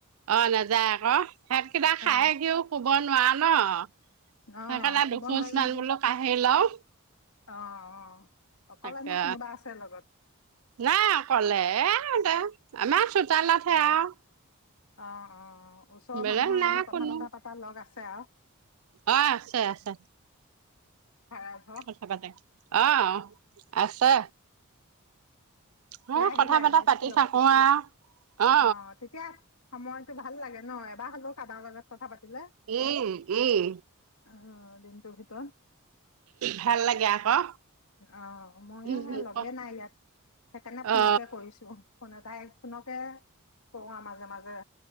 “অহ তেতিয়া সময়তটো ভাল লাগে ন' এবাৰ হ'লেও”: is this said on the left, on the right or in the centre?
Left